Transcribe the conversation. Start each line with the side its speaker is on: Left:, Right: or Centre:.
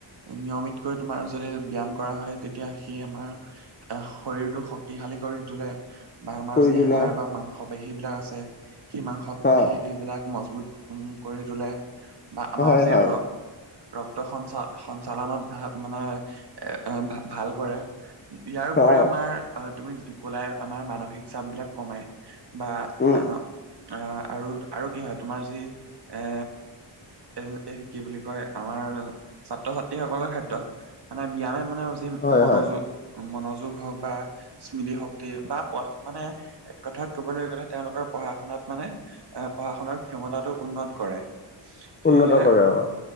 Right: নিয়মিতকৈ তোমাৰ যদি ব্যয়াম কৰা হয় তেতিয়া সেই আমাৰ- তাৰ শৰীৰটো শক্তিশালী কৰি তোলে। বা আমাৰ
Left: কৰি
Right: যি
Left: তোলে
Right: হাৰ বা মাংস পেশী বিলাক আছে। সেই মাংস
Left: অ
Right: পেশী বিলাক মজবুত- উম কৰি তোলে। বা আমাৰ
Left: হয়
Right: যি
Left: হয়
Right: ৰক্ত ৰক্ত সঞ্চালন- সঞ্চালনত ভাল মানে এ ভাল কৰে ইয়াৰ ওপৰি
Left: অ
Right: আমাৰ- আহ তুমি কলাই আমাৰ মানসিক চাপ বিলাক কমাই বা
Left: উম
Right: আহ- অ আৰু আৰু কি হয় তোমাৰ যি- এ এ এই কি বুলি কয় আমাৰ- ছাত্ৰ ছাত্ৰীসকলৰ ক্ষেত্ৰত, মানে ব্যায়ামে মানে জি
Left: হয়
Right: মনোযোগ-
Left: হয়
Right: মনোযোগ হওক বা, স্মৃতিশক্তি বা মানে এক কথাত কবলৈ গ'লে তেওঁলোকৰ পঢ়া শুনাত মানে- এ পঢ়া শুনাৰ ক্ষমতাটো উন্নত কৰে। সেয়েহে,
Left: উন্নত কৰে অ